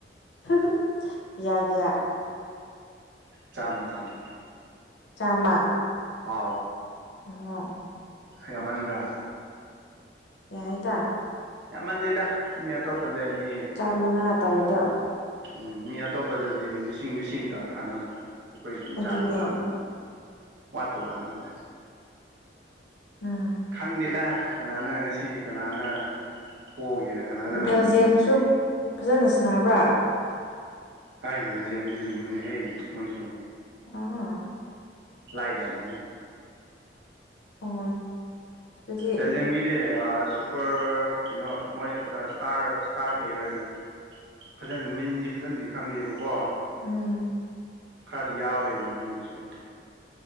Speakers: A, on the left; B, on the right.
A: <unintelligible>
B: ꯆꯥꯝꯃ ꯆꯥꯝꯃ
A: ꯆꯥꯝꯃ
B: ꯍꯥꯎ
A: ꯑꯣ
B: ꯌꯥꯝꯃꯟꯕ꯭ꯔꯥ
A: ꯌꯥꯏꯗ
B: ꯌꯥꯝꯃꯥꯟꯗꯦꯗ ꯃꯤ ꯑꯇꯣꯞꯄꯗꯗꯤ
A: ꯆꯥꯝꯃꯉꯥ ꯇꯥꯔꯗ
B: ꯎꯝ ꯃꯤ ꯑꯇꯣꯞꯄꯗꯗꯤ ꯂꯤꯁꯤꯡ ꯂꯤꯁꯤꯡꯇ ꯊꯥꯅꯃꯒꯥꯟꯗ ꯑꯩꯈꯣꯏꯗꯤ ꯏꯆꯥ
A: ꯑꯗꯨꯅꯦ
B: ꯃꯆꯥ ꯑꯃꯕꯨ ꯋꯥꯠꯄ ꯋꯥꯠꯃꯜꯂꯦ
A: ꯎꯝ
B: ꯈꯪꯗꯦꯗ ꯀꯅꯥꯅ ꯉꯁꯤ ꯀꯅꯥꯅ ꯄꯣꯛꯒꯦꯔꯥ ꯀꯅꯥꯅ
A: ꯕꯦꯜꯖꯤꯌꯝꯁꯨ
B: ꯉꯝꯒꯦꯔꯗꯤ
A: ꯐꯖꯅ ꯁꯟꯅꯕ꯭ꯔꯥ꯫
B: ꯑꯩ ꯋꯤꯜꯖꯦꯝ ꯂ ꯃꯅꯦ ꯍꯩ ꯃꯣꯏꯁꯨ
A: ꯑꯥ
B: ꯂꯥꯏꯗ ꯑꯃꯦ
A: ꯑꯣ ꯑꯗꯨꯗꯤ
B: ꯄ꯭ꯂꯦꯖꯝꯒꯤꯗꯤ ꯁꯨꯄꯔ ꯀꯩꯅꯣ ꯃꯣꯏ ꯁ꯭ꯇꯥꯔ ꯁ꯭ꯇꯥꯔ ꯄ꯭ꯂꯦꯌꯔꯗꯤ ꯐꯖꯅ ꯃꯟꯗꯤ ꯐꯖꯅꯗꯤ ꯈꯪꯗꯦꯕꯀꯣ
A: ꯎꯝ
B: ꯈꯔꯗꯤ ꯌꯥꯎꯋꯦꯕ ꯃꯣꯏꯗꯨꯁꯨ